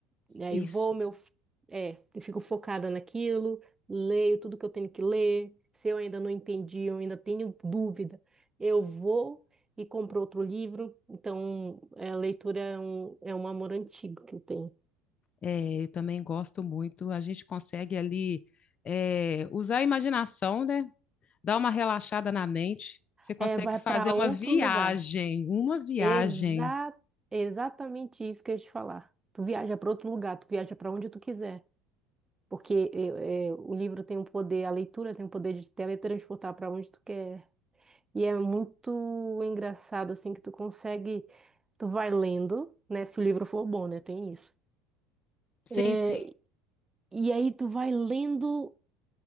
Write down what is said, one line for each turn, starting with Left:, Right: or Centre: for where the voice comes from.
Right: E aí
Left: Isso.
Right: vou, meu, é, eu fico focada naquilo, leio tudo que eu tenho que ler. Se eu ainda não entendi, eu ainda tenho dúvida, eu vou e compro outro livro. Então, é, a leitura é um, é um amor antigo que eu tenho.
Left: É, eu também gosto muito. A gente consegue ali é, usar a imaginação, né? Dar uma relaxada na mente. Você consegue
Right: É, vai
Left: fazer
Right: para outro
Left: uma viagem,
Right: lugar.
Left: uma viagem.
Right: Exa exatamente isso que eu ia te falar. Tu viaja para outro lugar, tu viaja para onde tu quiser. Porque eh, eh, o livro tem um poder, a leitura tem o poder de teletransportar para onde tu quer E é muito engraçado, assim, que tu consegue. Tu vai lendo, né? Se o livro for bom, né? Tem isso.
Left: Sim,
Right: É,
Left: sim.
Right: e aí tu vai lendo